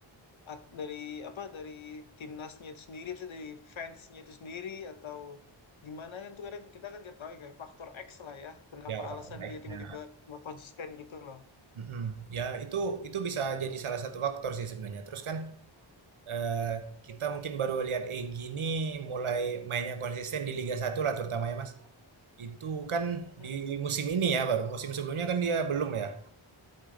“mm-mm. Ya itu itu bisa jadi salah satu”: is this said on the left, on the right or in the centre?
Right